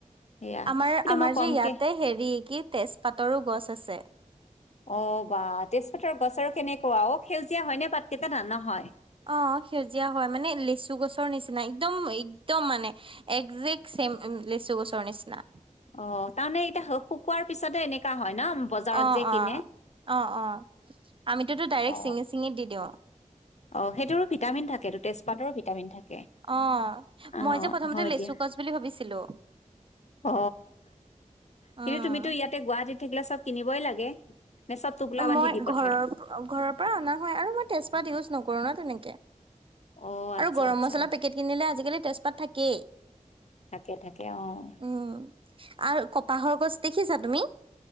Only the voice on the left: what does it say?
সেয়া
কিন্তু মই কমকে
অ বাাহ তেজপাতৰ গছ আৰু কেনেকুৱা অও সেউজীয়া হয়নেে বাট কেইটা ধান নাহ হয়
অ তাৰমানে এতিয়া শুকোৱাৰ পিছতে এনেককাা হয় ন বজাৰত
যে
কিনে
অ
অ সেইটো ভিামিন থাকেটো তেজপাতৰো ভিটামিন থাকে
অ
হয়
দিয়া
অ
কিন্তু তুমিতো ইয়াতে গুৱাহাটীত থাকিলে চব কিনিবই লাগে নে চব টোপোলা
বান্ধি দি পঠায়
অ আচ্ছা
আচ্ছা
থাকে থাকে অ